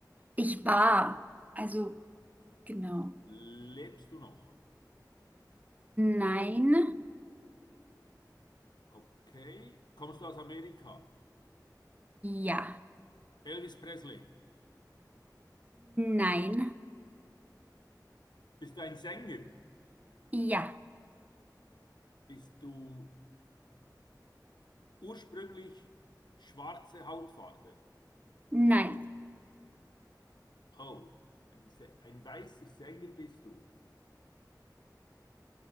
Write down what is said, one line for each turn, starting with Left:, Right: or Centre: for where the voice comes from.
Right: Ich war. Also, genau.
Left: Lebst du noch?
Right: Nein,
Left: Okay. Kommst du aus Amerika?
Right: ja.
Left: Elvis Presley.
Right: Nein,
Left: Bist du ein Sänger?
Right: ja.
Left: Bist du ursprünglich schwarze Hautfarbe?
Right: Nein,
Left: Oh, ein, Sä- ein weißer Sänger bist du.